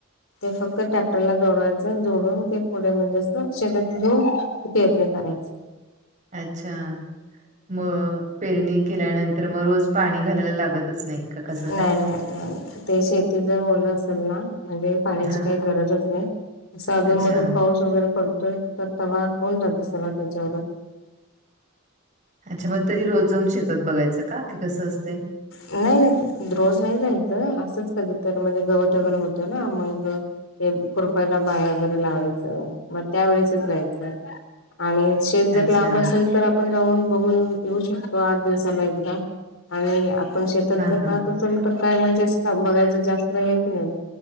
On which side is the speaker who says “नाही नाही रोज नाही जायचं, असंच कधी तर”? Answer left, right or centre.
Left